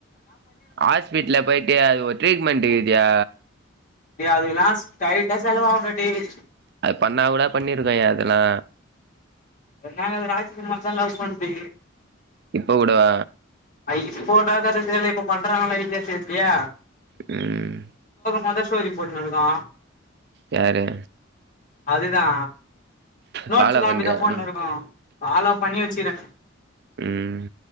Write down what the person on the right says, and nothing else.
ஹாஸ்பிட்ல போயிட்டு அது ஒரு ட்ரீட்மெண்ட் இக்குது யா
அது பண்ணா கூட பண்ணிருக்கு யா அதுல்லா
இப்ப கூடவா
ம்
யாரு
ஃபாலோ பண்றியா
ம்
ம்